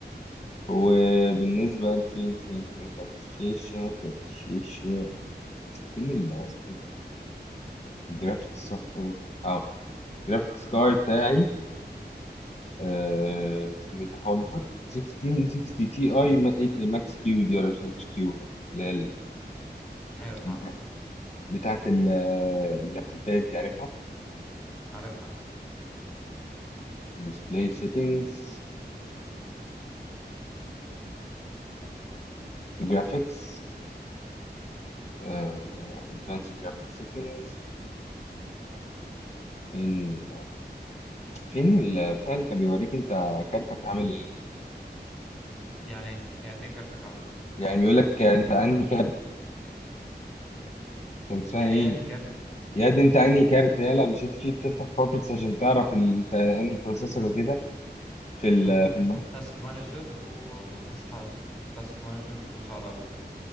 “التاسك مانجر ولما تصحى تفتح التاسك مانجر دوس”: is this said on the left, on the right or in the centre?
Centre